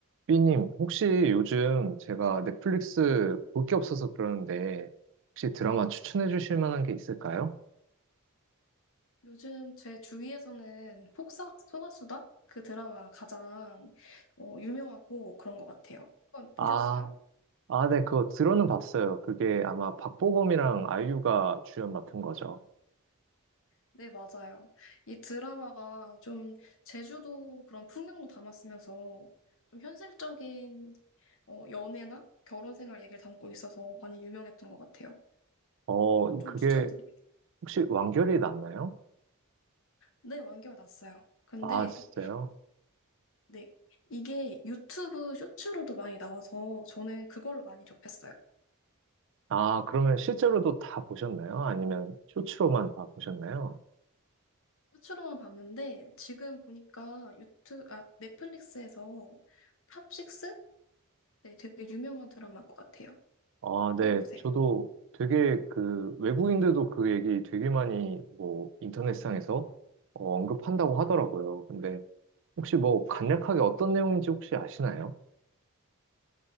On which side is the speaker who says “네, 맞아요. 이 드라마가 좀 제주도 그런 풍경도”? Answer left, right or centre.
Left